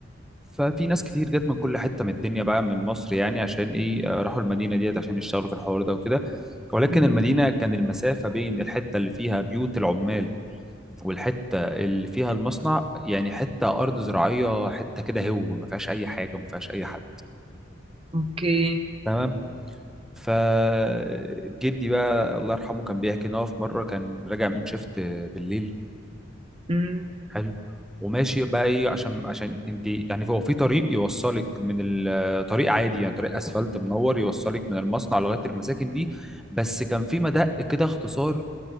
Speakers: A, in the centre; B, on the right.
A: ففي ناس كتير جت من كل حته من الدنيا بقى من مصر يعني عشان ايه آه، راحوا المدينه ديت عشان يشتغلوا في الحوار ده وكده ولكن
B: مم.
A: المدينه كان المسافه بين الحته اللي فيها بيوت العمال والحته اللي فيها المصنع يعني حته ارض زراعيه حته كده هو ما فيهاش اي حاجه ما فيهاش اي حد
B: اوكي
A: تمام فجدي بقى الله يرحمه كان بيحكي ان هو في مره كان راجع من شيفت بالليل
B: مم.
A: حلو وماشي بقى ايه عشان عشان انت يعني هو في طريق يوصلك من ال- طريق عادي يعني طريق اسفلت منور يوصلك من المصنع لغايه المساكن دي بس كان في مدق كده اختصار